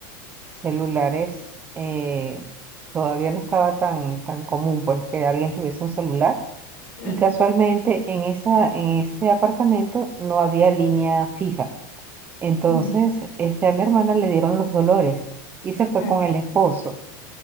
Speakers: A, on the right (about 15°); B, on the left (about 85°).
A: celulares, eh, todavía no estaba tan, tan común pues que alguien tuviese un celular.
B: claro,
A: Y casualmente en esa, en ese apartamento no había línea fija. Entonces,
B: ujú,
A: este, a mi hermana le dieron los dolores y se
B: claro,
A: fue con el esposo